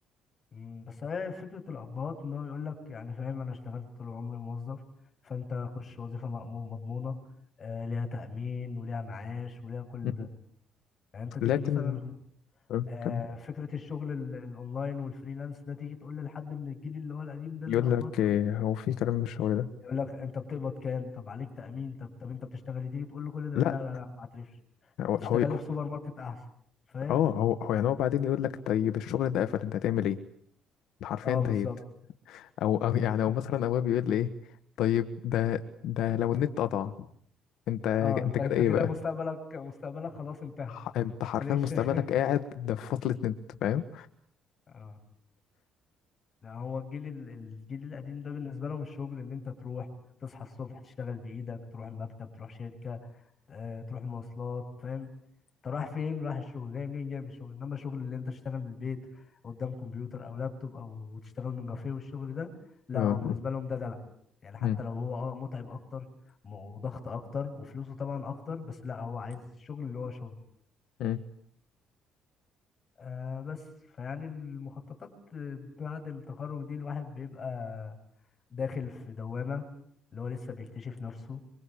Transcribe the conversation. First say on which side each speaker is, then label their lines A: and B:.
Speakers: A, on the left; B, on the left.
A: مم، بس هي فكره الابهات ان هو يقول لك يعني فاهم انا اشتغلت طول عمري موظف فانت خش وظيفه مأمو- مضمونه آه ليها تامين وليها معاش وليها كل
B: مم.
A: ده يعني انت تيجي
B: لكن
A: مثلا آه
B: كان
A: فكره الشغل ال- الاونلاين والفريلانس ده تيجي تقول لحد من الجيل اللي هو القديم ده
B: يقول
A: الابهات
B: لك إيه، هو في كلام من الشغل ده
A: يقول لك انت بتقبض كام طب عليك تأمين طب طب انت بتشتغل إيه؟ تيجي تقول له كل ده يقول
B: لا
A: لا لا لا ما اعترفش
B: هو
A: انت تشتغل
B: هو
A: لي في سوبر ماركت احسن فاهم
B: اه هو هو يعني هو بعدين يقول لك طيب الشغل ده قفل انت هتعمل ايه انت حرفيا
A: اه
B: انتهيت
A: بالظبط
B: او او يعني
A: <laughs>
B: او مثلا ابويا بيقول لي ايه طيب ده ده لو النت قطع انت
A: اه انت
B: انت
A: انت
B: كده ايه
A: كده
B: بقى
A: مستقبلك مستقبلك خلاص انتهى
B: ح- انت حرفيا
A: ماليش
B: مستقبلك
A: <laughs>
B: قاعد ده في فصلة نت فاهم
A: اه لا هو الجيل ال- الجيل القديم ده بالنسبه لهم الشغل ان انت تروح تصحى الصبح تشتغل بايدك تروح المكتب تروح شركه آه، تروح مواصلات فاهم انت رايح فين رايح الشغل جاي منين جاي من الشغل انما الشغل اللي انت تشتغل من البيت قدام كمبيوتر او لابتوب او تشتغل من كافيه والشغل ده لا
B: اه
A: هو بالنسبه لهم ده دلع يعني حتى
B: مم.
A: لو هو اه متعب اكتر م- وضغط اكتر وفلوسه طبعا اكتر بس لا هو عايز الشغل اللي هو شغل
B: مم.
A: آه بس فيعني المخططات بعد التخرج دي الواحد بيبقى داخل في دوامة اللي هو لسه بيكتشف نفسه